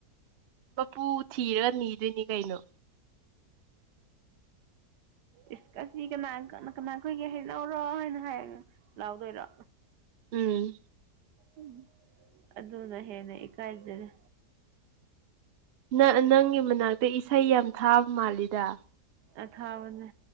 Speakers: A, on the right; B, on the right.
A: ꯃꯄꯨ ꯊꯤꯔꯒ ꯅꯤꯗꯣꯏꯅꯤ ꯀꯩꯅꯣ
B: ꯏꯁꯁꯤ ꯀꯅꯥ ꯀ ꯀꯅꯥ ꯑꯩꯈꯣꯏꯒꯤ ꯍꯥꯏꯩꯅꯧꯔꯣ ꯍꯥꯏꯅ ꯍꯥꯏꯔꯒ ꯂꯥꯎꯗꯣꯏꯔꯣ
A: ꯎꯝ
B: ꯎꯝ ꯑꯗꯨꯅ ꯍꯦꯟꯅ ꯏꯀꯥꯏꯖꯔꯦ
A: ꯅꯪ ꯅꯪꯒꯤ ꯃꯅꯥꯛꯇ ꯏꯁꯩ ꯌꯥꯝ ꯊꯥꯕ ꯃꯥꯜꯂꯤꯗ
B: ꯑ ꯈꯥꯕꯅꯦ